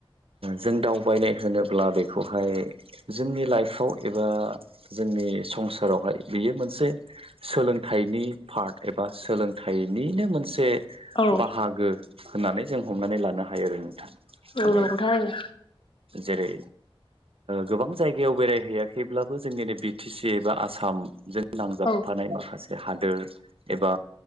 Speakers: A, on the right; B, on the left.
A: जों दावबायनाय होनोब्ला बेखौहाय जोंनि लाइफआव एबा जोंनि संसारावहाय बियो मोनसे सोलोंथाइनि पार्ट एबा सोलोंथाइनिनो। मोनसे
B: औ
A: बाहागो होननानै जों हमनानै लानो हागोन। हायो नोंथां माने
B: औ नंगौ थारैनो
A: जेरै गोबां जायगायाव बेरायहैयाखैब्लाबो जोंनिनो बि टि सि एबा आसाम जों नांजाबफानाय
B: औ
A: माखासे हाद ग एबा